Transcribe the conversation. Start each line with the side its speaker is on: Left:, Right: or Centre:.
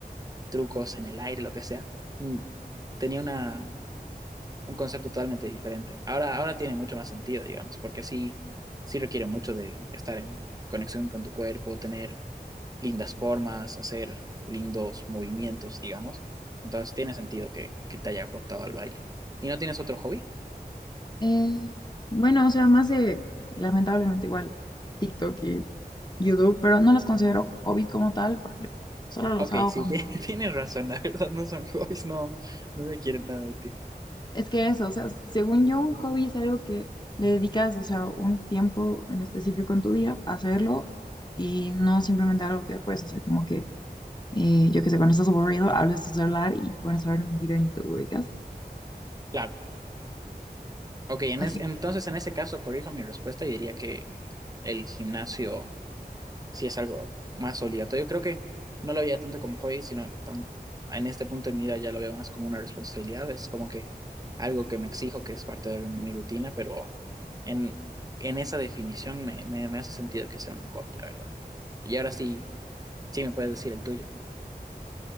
Right: trucos en el aire, lo que sea, mm, tenía una, un concepto totalmente diferente. Ahora, ahora tiene mucho más sentido, digamos, porque sí, sí requiere mucho de estar en conexión con tu cuerpo, tener lindas formas, hacer lindos movimientos, digamos. Entonces tiene sentido que, que te haya aportado al baile. ¿Y no tienes otro hobby?
Left: eh, bueno, o sea, más de, lamentablemente igual, TikTok y YouTube, pero no los considero hobbies como tal, porque solo los
Right: Ok,
Left: hago
Right: sí,
Left: cuando
Right: t- <laughs> tienes razón, la verdad no son hobbies, no, no me quieren nada de ti.
Left: Es que eso, o sea, según yo, un hobby es algo que le dedicas, o sea, un tiempo en específico en tu día a hacerlo y no simplemente algo que puedes hacer como que, eh, yo qué sé, cuando estás aburrido, hables tu celular y te pones a ver un video en YouTube, ubicas.
Right: Claro, ok, en
Left: Así.
Right: es, entonces en ese caso corrijo mi respuesta y diría que el gimnasio sí es algo más obligatorio. Creo que no lo veía tanto como hobby, sino tan, en este punto de mi vida ya lo veo más como una responsabilidad. Es como que algo que me exijo, que es parte de mi rutina, pero en, en esa definición me, me, me hace sentido que sea un hobby, la verdad. Y ahora sí, sí me puedes decir el tuyo.